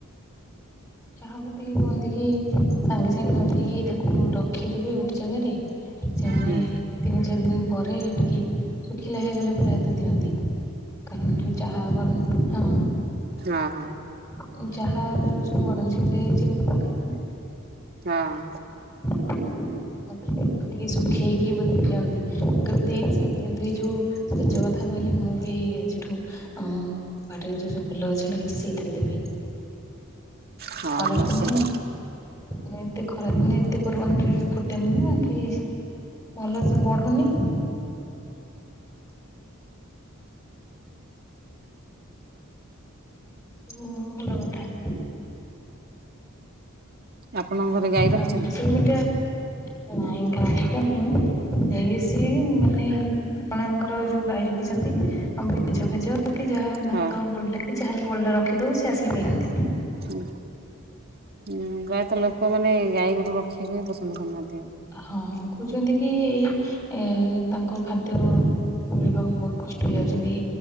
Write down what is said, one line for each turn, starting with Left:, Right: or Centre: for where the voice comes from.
Left: ଚାହା ପତିକି କୁହନ୍ତି କି ସାଙ୍ଗେ ସାଙ୍ଗେ ନ ଦେଇକି ତାକୁ ରଖିଦେବେ ଗୋଟେ ଜାଗାରେ। ସେମାନେ
Right: ହୁଁ
Left: ତିନି ଚାରି ଦିନ ପରେ ଟିକେ ଶୁଖିଲା ହେଇଗଲେ ପ୍ରାୟତଃ ଦିଅନ୍ତି। କାରଣ ଯୋଉ ଚାହା କରନ୍ତି, ହଁ।
Right: ଅହଁ।
Left: ଉଁ ଚାହା ଯୋଉ ସବୁ କରନ୍ତି ସେଇଥୀରେ ଚିନି ପକେଇ ଥାନ୍ତି।
Right: ହଁ।
Left: <inaudible> <unintelligible> ଟିକେ ସୁଖେଇକି ବୋଧେ ଦିଅନ୍ତି ମୁଁ କେବେ ଦେଇନି ସେମିତି କିନ୍ତୁ ଏଇ ଯୋଉ ପେଜ କଥା କହିଲେ ମୁଁ ବି ଆଜିଠୁ ଆମ ବାଟିରେ ଯୋଉ ସବୁ ଫୁଲ ଗଛ। ଲାଗିଛି ସେଇଥିରେ ଦେବି
Right: ହଁ
Left: ଖରା
Right: ନିଶ୍ଚିନ୍ତ
Left: ଦିନେ ନାଁ ଏତେ ଖରାଦିନେ ଏତେ ପରିମାଣରେ ଫୁଟେନି ନା କି ଭଲ ସେ ବଢୁନି। ଉଁ ଭଲ କଥା।
Right: ଆପଣଙ୍କର ଘରେ ଗାଈ ରଖିଛନ୍ତି?
Left: ଆଉ ସୋସିଆଲ୍ ମିଡିଆ ଏ ନାଇଁ ଗାଈଟା ହିଁ। ଏଇ ସିଏ ବି ମାନେ ଆପଣଙ୍କର ଯୋଉ ଗାଈ ରଖିଛନ୍ତି <unintelligible> ପେଜ ଫେଜ ତ କି ଯାହା ହୋଉ ଭାତ
Right: ହଁ
Left: ବଳିଲେ କି ଯାହା ବିି ବଳିଲା ରଖିଦୋଉ ସେ ଆସିକି ନିଅନ୍ତି।
Right: ହଁ, ହୁଁ, ପ୍ରାୟତଃ ଲୋକୋମାନେ ଗାଈ ଗୋରୁ ରଖିବାକୁ ହୁଁ ପସନ୍ଦ କରୁନାହାନ୍ତି ଆଉ।
Left: ହଁ କୋହୁଚନ୍ତି କି ଏ ତାଙ୍କ ଖାଦ୍ୟ ମିଳିବାକୁ ବୋହୁତ କଷ୍ଟ ହେଇଯାଉଚନ୍ତି।